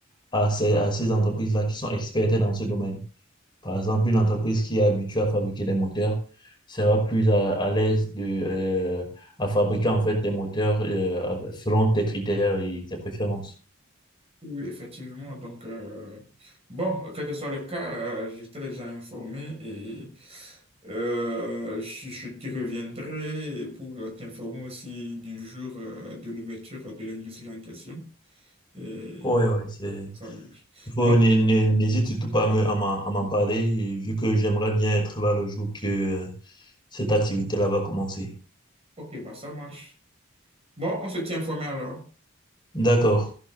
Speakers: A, on the left; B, on the right.
A: à ces, à ces entreprises-là qui sont expertes dans ce domaine. Par exemple, une entreprise qui est habituée à fabriquer des moteurs sera plus à, à l'aise de, euh, à fabriquer en fait des moteurs euh, selon tes critères et tes préférences.
B: Oui, effectivement. Donc, euh, bon, quel que soit le cas, euh, j'étais déjà informé et euh, je, je te reviendrai pour t'informer aussi du jour euh, de l'ouverture de l'industrie en question. Et
A: Ouais, ouais, c'est...
B: ça marche.
A: Il faut,
B: Donc,
A: n'hé- n'hé- n'hésite surtout pas à me- à m'en à m'en parler, et vu que j'aimerais bien être là le jour que euh, cette activité-là va commencer.
B: ok, bah, ça marche. Bon, on se tient informé alors.
A: D'accord.